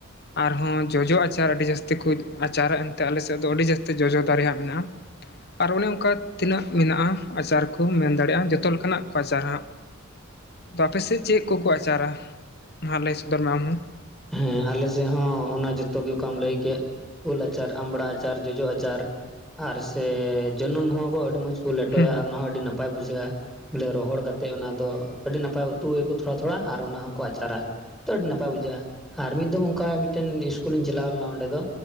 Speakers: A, on the left (about 45°); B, in the centre.
A: ᱟᱨᱦᱚᱸ ᱡᱚᱡᱚ ᱟᱪᱟᱨ ᱟᱹᱰᱤ ᱡᱟᱹᱥᱛᱤ ᱡᱟᱹᱥᱛᱤ ᱠᱚ ᱟᱪᱟᱨᱟᱜᱼᱟ ᱮᱱᱛᱮ ᱟᱞᱮ ᱥᱮᱫ ᱫᱚ ᱟᱹᱰᱤ ᱡᱟᱹᱥᱛᱤ ᱡᱚᱡᱚ ᱫᱮ ᱨᱮᱭᱟᱜ ᱢᱮᱱᱟᱜᱼᱟ᱾ ᱟᱨ ᱚᱱᱮ ᱚᱱᱠᱟ ᱛᱤᱱᱟᱹᱜ ᱢᱮᱱᱟᱜᱼᱟ ᱟᱪᱟᱨ ᱠᱚ ᱢᱮᱱ ᱫᱟᱲᱮᱭᱟᱜᱼᱟ ᱡᱚᱛᱚ ᱞᱮᱠᱟᱱᱟᱜ ᱠᱚ ᱟᱪᱟᱨ ᱦᱟᱸᱜ ᱟᱯ ᱥᱮᱫ ᱪᱮᱫ ᱠᱚᱠᱚ ᱟᱪᱟᱨᱟ? ᱢᱟ ᱞᱟᱹᱭ ᱥᱚᱫᱚᱨ ᱢᱮ ᱟᱢ ᱦᱚᱸ
B: ᱦᱮᱸ ᱟᱞᱮ ᱥᱮᱫ ᱦᱚᱸ ᱚᱱᱟ ᱡᱚᱛᱚ ᱜᱮ ᱚᱠᱟᱢ ᱞᱟᱹᱭ ᱠᱮᱫ ᱩᱞ ᱟᱪᱟᱨ ᱟᱢᱲᱟ ᱟᱪᱟᱨ ᱡᱚᱡᱚ ᱟᱪᱟᱨ ᱟᱨ ᱥᱮ ᱡᱟᱹᱱᱩᱢ ᱦᱚᱸᱠᱚ ᱟᱹᱰᱤ ᱢᱚᱸᱡᱽ ᱠᱚ ᱞᱮᱴᱚᱭᱟ
A: ᱦᱩᱸ ᱦᱩᱸ
B: ᱟᱨ ᱚᱱᱟ ᱦᱚᱸᱚᱸ ᱟᱹᱰᱤ ᱱᱟᱯᱟᱭ ᱵᱩᱡᱷᱟᱹᱜᱼᱟ᱾ ᱵᱚᱞᱮ ᱨᱚᱦᱚᱲ ᱠᱟᱛᱮᱫ ᱚᱱᱟ ᱫᱚ ᱟᱹᱰᱤ ᱱᱟᱯᱟᱭ ᱩᱛᱩᱭᱟᱠᱚ ᱛᱷᱚᱲᱟ ᱛᱷᱚᱲᱟ ᱟᱨ ᱚᱱᱟ ᱦᱚᱸ ᱟᱪᱟᱨᱟ ᱛᱚ ᱟᱹᱰᱤ ᱱᱟᱯᱟᱭ ᱵᱩᱡᱷᱟᱹᱜᱼᱟ ᱟᱨ ᱢᱤᱫ ᱫᱢ ᱚᱱᱠᱟ ᱢᱤᱫᱴᱮᱱ ᱤᱥᱠᱩᱞᱤᱧ ᱪᱟᱞᱟᱣ ᱞᱮᱱᱟ ᱚᱸᱰᱮ ᱫᱚ